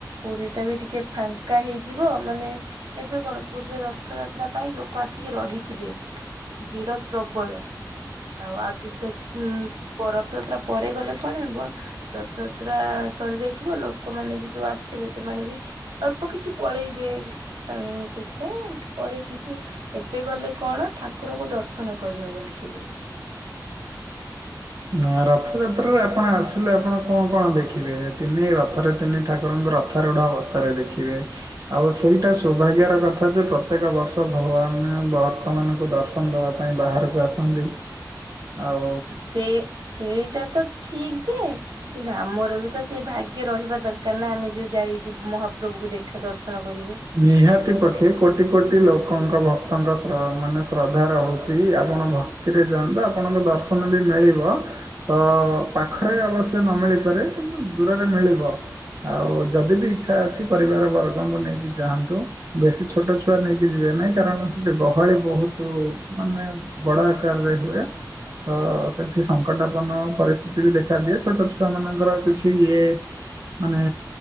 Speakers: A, on the right; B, on the right.
A: ପୁରୀ ଟା ବି ଟିକେ ଫାଙ୍କା ହେଇଯିବ ମାନେ ଏବେ କଣ ପୁରୀରେ ରଥଯାତ୍ରା ପାଇଁ ଲୋକ ଆସିକି ରହିଥିବେ। ଭିଡ଼ ପ୍ରବଳ। ଆଉ ଆଗ ସେ ଉ ରଥଯାତ୍ରା ପରେ ଗଲେ କଣ ହେବ ରଥଯାତ୍ରା ସରି ଯାଇଥିବ, ଲୋକମାନେ ବି ଯୋଉ ଆସିଥିବେ ସେମାନେ ବି ଅଳ୍ପ କିଛି ପଳେଇବେ ତାଙ୍କୁ ସେଇଥିପାଇଁ ପରେ ଯିବୁ। ଏବେ ଗଲେ କଣ ଠାକୁରଙ୍କୁ ଦର୍ଶନ କରିହବନି ଠିକ ରେ।
B: ନା ରଥଯାତ୍ରାରେ ଆପଣ ଆସିଲେ ଆପଣ କଣ କଣ ଦେଖିବେ ତିନି ରଥରେ ତିନି ଠାକୁରଙ୍କ ରଥାରୂଢ଼ ଅବସ୍ଥାରେ ଦେଖିବେ। ଆଉ ସେଇଟା ସୌଭାଗ୍ୟର କଥା ଯେ ପ୍ରତ୍ୟେକ ବର୍ଷ ଭଗବାନ ଭକ୍ତ ମାନଙ୍କୁ ଦର୍ଶନ ଦେବା ପାଇଁ ବାହାରକୁ ଆସନ୍ତି। ଆଉ
A: ସେ ସେଇଟା ତ ଠିକ ଯେ କିନ୍ତୁ ଆମର ବି ତ ସେଇ ଭାଗ୍ୟ ରହିବା ଦରକାର ନା, ଆମେ ଯ ଯାଇକି ମହାପ୍ରଭୁକୁ ଦେଖା ଦର୍ଶନ କରିବୁ।
B: ନିହାତି ପକ୍ଷେ କୋଟି କୋଟି ଲୋକଙ୍କ ଭକ୍ତଙ୍କ ମାନେ ଶ୍ରଦ୍ଧା ରହୁଛି ଆପଣ ଭକ୍ତି ରେ ଯାଆନ୍ତୁ ଆପଣଙ୍କୁ ଦର୍ଶନ ବି ମିଳିବ। ତ ପାଖରେ ଅବଶ୍ୟ ନ ମିଳିପାରେ କିନ୍ତୁ ଦୂରରେ ମିଳିବ। ଆଉ ଯଦି ବିି ଇଚ୍ଛା ଅଛି ପରିବାର ବର୍ଗଙ୍କୁ ନେଇକି ଯାଆନ୍ତୁ। ବେଶୀ ଛୋଟ ଛୁଆ ନେଇକି ଯିବେ ନାହିଁ କାରଣ ସେଠି ଗହଳି ବହୁତ ମାନେ ବଡ଼ ଆକାର ରେ ହୁଏ। ତ ସେଠି ସଙ୍କଟାପନ୍ନ ପରିସ୍ଥିତି ବି ଦେଖାଦିଏ। ଛୋଟ ଛୁଆମାନଙ୍କର କିଛି ଇଏ ମାନେ